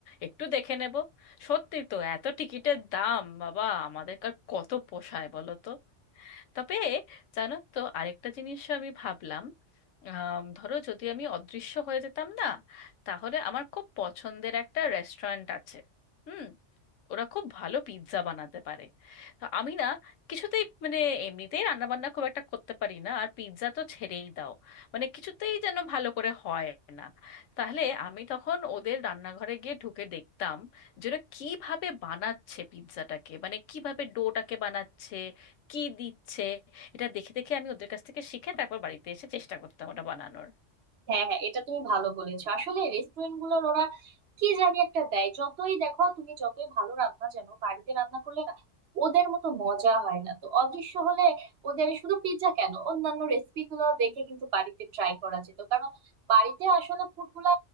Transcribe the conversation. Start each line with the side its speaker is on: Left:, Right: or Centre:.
Left: একটু দেখে নেব সত্যি তো এত টিকিটের দাম বাবা আমাদের কার কত পোষায় বলো তো তবে জানো তো আরেকটা জিনিস আমি ভাবলাম আম, ধরো যদি আমি অদৃশ্য হয়ে যেতাম না তাহলে আমার খুব পছন্দের একটা রেস্টুরেন্ট আছে হুম ওরা খুব ভালো পিৎজা বানাতে পারে তো আমি না কিছুতেই মানে এমনিতেই রান্না বান্না খুব একটা করতে পারি না আর পিৎজা তো ছেড়েই দাও মানে কিছুতেই যেন ভালো করে হয় না তাহলে আমি তখন ওদের রান্নাঘরে গিয়ে ঢুকে দেখতাম যে ওরা কিভাবে বানাচ্ছে পিৎজাটাকে মানে কিভাবে ডোটাকে বানাচ্ছে কি দিচ্ছে এটা দেখে দেখে আমি ওদের কাছ থেকে শিখে তারপর বাড়িতে এসে চেষ্টা করতাম ওটা বানানোর
Right: হ্যাঁ হ্যাঁ এটা তুমি ভালো বলেছো আসলে রেস্টুরেন্ট গুলোর ওরা কি জানি একটা দেয় যতই দেখো তুমি যতই ভালো রান্না জানো বাড়িতে রান্না করলে না ওদের মতো মজা হয় না তো অদৃশ্য হলে ওদের শুধু পিৎজা কেন অন্যান্য রেসিপি গুলো দেখে কিন্তু বাড়িতে ট্রাই করা যেত কারণ বাড়িতে আসলে ফুড গুলা